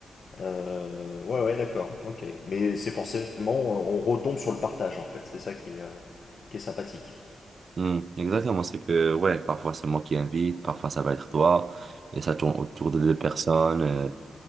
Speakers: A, on the left; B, on the right.
A: Euh, ouais, ouais, d'accord, ok. Mais c'est forcément, on retombe sur le partage en fait, c'est ça qui est, euh, qui est sympathique.
B: Hmm, exactement. C'est que, ouais, parfois, c'est moi qui invite, parfois, ça va être toi. Et ça tourne autour de deux personnes, euh,